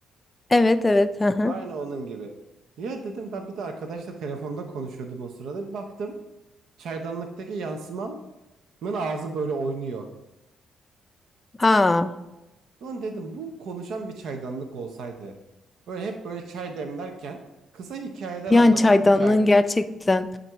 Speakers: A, on the left (about 20°); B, on the right (about 70°).
A: Evet evet. Hı hı.
B: Aynı onun gibi. Ya dedim ben bir de arkadaşla telefonda konuşuyordum o sırada. Bir baktım çaydanlıktaki yansımam ağzı böyle oynuyor.
A: Aa
B: Lan dedim bu konuşan bir çaydanlık olsaydı. Böyle hep böyle çay demlerken kısa hikayeler
A: Yani
B: anlatan
A: çaydanlığın
B: bir çay.
A: gerçekten